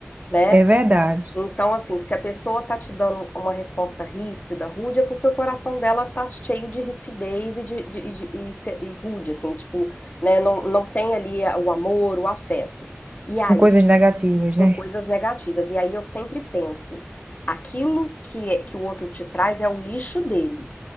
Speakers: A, on the left; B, on the right.
A: né?
B: é verdade.
A: Então, assim, se a pessoa tá te dando uma resposta ríspida, rude, é porque o coração dela tá cheio de rispidez e, de, de- e de- e e rude, assim, tipo, né? Não, não tem ali o amor, o afeto. E aí,
B: Com coisas negativas, né?
A: com coisas negativas. E aí eu sempre penso, aquilo que, é- que o outro te traz é o lixo dele.